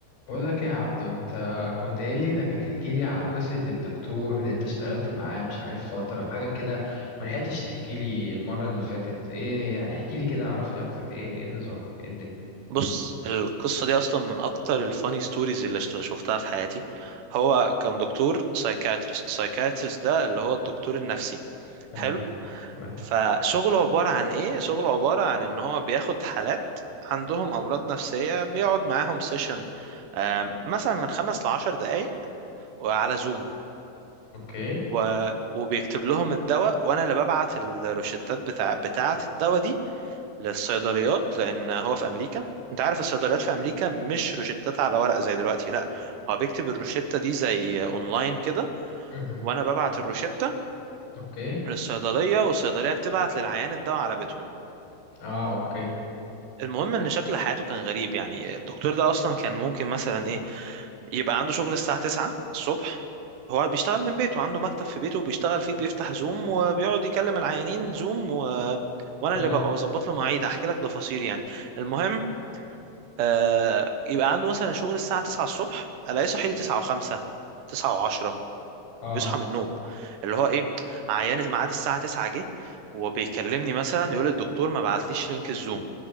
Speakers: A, on the left; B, on the right.
A: بقول لك إيه يا عبدو انت كنت قايل لي انك هتحكي لي على قصة الدكتور اللي انت اشتغلت معاه مش عارف فترة حاجة كده ما لحقتش تحكي لي المرة اللي فاتت ايه يعني احكي لي كده عرفني اكتر ايه ايه النظام ايه الدنيا
B: بص القصة دي أصلا من أكتر الفاني ستوريز اللي شت- شفتها في حياتي هو كان دكتور سايكاتريست سايكاتريست ده اللي هو الدكتور النفسي
A: تمام
B: حلو
A: تمام
B: فشغله عبارة عن إيه؟ شغله عبارة عن إن هو بياخد حالات عندهم أمراض نفسية بيقعد معاهم سيشن مثلا من خمس لعشر دقايق وعلى زوم
A: اوكي
B: و... وبيكتب لهم الدواء وأنا اللي ببعت الروشتات بتاع بتاعة الدواء دي للصيدليات لان هو في امريكا انت عارف الصيدليات في امريكا مش روشتات على ورق زي دلوقتي لا هو بيكتب الروشتة دي زي اونلاين كده
A: مهم.
B: وانا ببعت الروشتة
A: اوكي
B: للصيدلية والصيدلية بتبعت للعيان الدواء على بيتهم
A: اه اوكي
B: المهم ان شكل حياته كان غريب يعني الدكتور ده اصلا كان ممكن مثلا ايه يبقى عنده شغل الساعة 9 الصبح هو بيشتغل من بيته عنده مكتب في بيته بيشتغل فيه بيفتح زوم وبيقعد يكلم العيانين زوم و... وانا
A: تمام
B: اللي ببقى بظبط له مواعيد هحكي لك تفاصيل يعني المهم آه يبقى عنده مثلا شغل الساعة 9 الصبح الاقيه صاحي لي 9 و5 9 و10
A: اه
B: بيصحى من النوم اللي هو ايه عيان ميعاد الساعة 9 جه وبيكلمني مثلا يقول الدكتور ما بعتليش لينك الزوم